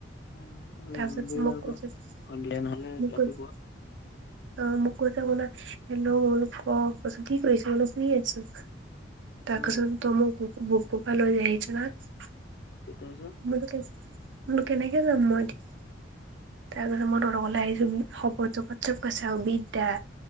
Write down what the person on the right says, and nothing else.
তাৰপিছত
মোক
কৈছে
মোক
কৈছে অ মোক কৈছে <unintelligible> শুই আছো <unintelligible>
মই ত কে মোৰ কেনেকে যাম মই এতি তাৰপিছত মই ধৰ আহিছো শপপত চপ গচা বিদ্যা